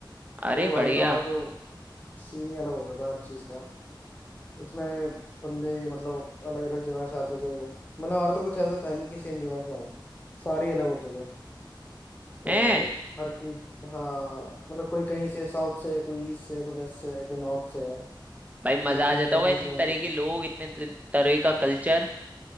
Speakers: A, on the right; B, on the left.
A: अरे
B: तो
A: बढ़िया
B: भाई हमारा तो सीन ही अलग होता था हर चीज का इतने बंदे मतलब अलग अलग जगह से आते थे मतलब हमारा तो कुछ ऐसा था नहीं कि सेम जगह के हों सारे अलग होते थे तो
A: है
B: हर की हाँ मतलब कोई कहीं से साउथ से है कोई ईस्ट से है कोई वेस्ट से है कोई नॉर्थ से है
A: भाई मजा
B: कोई कहीं
A: आ जाता
B: का
A: होगा
B: कोई
A: इतने
B: कहीं
A: तरह
B: का
A: के लोग इतने त- तरह का कल्चर